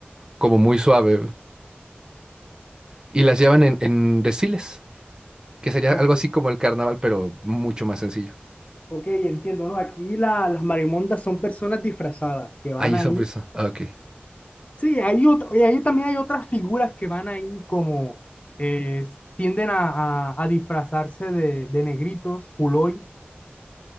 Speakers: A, on the right; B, on the left.
A: como muy suave. Y las llevan en, en desfiles, que sería
B: Ok,
A: algo así como el carnaval, pero mucho más sencillo.
B: ok, entiendo, ¿no? Aquí la- las marimondas son personas disfrazadas que van
A: Ahí
B: ahí.
A: son frisos. Ah, ok.
B: Sí, hay otra, y ahí también hay otras figuras que van ahí como eh, tienden a, a- a disfrazarse de, de negritos, puloy.